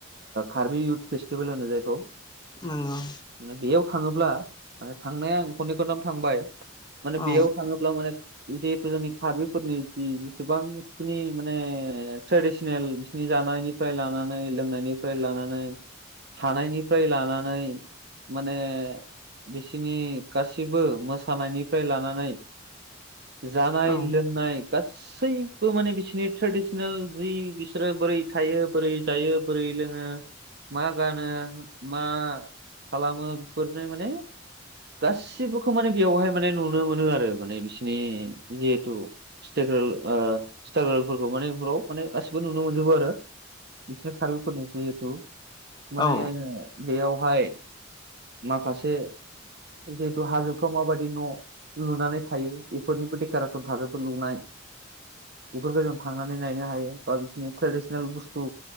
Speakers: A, on the right; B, on the left.
A: Karbi youth festival होनो जायखौ
B: नंगौ
A: माने बेयाव थाङोब्ला माने थांनाया आं खननै खनथाम थांबाय माने
B: औ
A: बेयाव थाङो ब्ला माने जिहेथु जोंनि कार्बिफोरनि जि जसेबांखिनि माने ट्रेडिसनेल नि जानायनिफ्राय लानानै लोंनायनिफ्राय लानानै थानायनिफ्राय लाना नै माने बिसिनि गासिबो मोसानायनिफ्राय लानानै जानाय
B: औ
A: लोंनाय गा सैबो माने बिसोरनि ट्रेडिसनेल जि बिसोरो बोरै थायो बोरै जायो बोरै लोङो मा गानो मा खालामो बेफोरनो माने गासिबोखौ माने बेवहाय माने नुनो मोनो आरो माने बिसिनि जिहेथु स्टेगोल ओ स्ट्रागोलफोरखौ माने बेफोराव माने गासिबो नुनो मोनजोबो आरो बिसोर कारबिफोरनि जिहेथु माने
B: औ
A: बेयाव बेवहाय माखासे जिहेतु हाजोफ्राव माबायदि न' लुनानै थायो बेफोरनिबो डेक'रेसन थाजोबो लुनाय बेफोरखौ जों थांनानै नायनो हायो बा बिसोरनि ट्रेडिसनेल बुस्थु